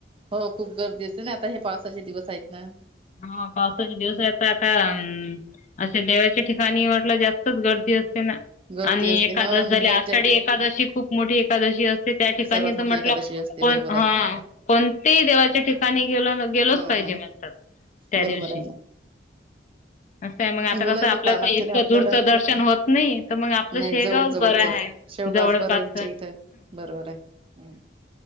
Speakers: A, on the right; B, on the left.
A: हो खूप गर्दी असते ना आता हे पावसाचे दिवस आहेत ना
B: हा पावसाचे दिवस आता आता अम अे देवाच्या ठिकाणी म्हटलं जास्तच गर्दी असते
A: गर्दी
B: आणि
A: असते
B: एकाद
A: हा
B: झाल्या
A: मुलांच्या
B: आषाढी एकादशी खूप मोठी एकादशी असते त्या ठिकाणी
A: सर्वात मोठी
B: म्हटलंण
A: एकादशी असते बरोबर आहे
B: कोणतही देवाच्या ठिकाणी गेल गेलोच
A: हा
B: पाहिजे
A: हा
B: म्हणतात त्या
A: बरोबर
B: दिवशी
A: आहे
B: असं आहे
A: ना
B: मग आता
A: मुलाच
B: कसं आपल्याच
A: पाहा लागते
B: इतकं
A: ना आपल्याला
B: दूरचं दर्शन होत नाही तर मग आपलं
A: नाही
B: शेगावच
A: जवळ जवळचच
B: बरं आहे.
A: शेवगास
B: जवळपच
A: बराईच्या इथं बरोबर आहे